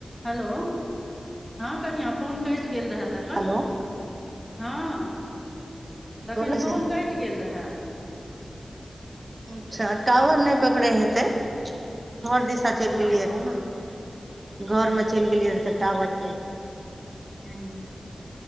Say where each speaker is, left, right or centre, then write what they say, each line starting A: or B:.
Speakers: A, in the centre; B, on the right.
A: Hello हँ कनिआ phone कटि गेल रहै तखेन
B: हेलो
A: तखन हँ तखन
B: बोलै
A: फोन
B: छै
A: कटि गेल रहए
B: अच्छा टावर नहि पकड़े हेतै घर दिशा चलि
A: हँ
B: गेलियै रहऽ ने घरमे चलि गेलियै रहऽ तऽ टावर
A: हू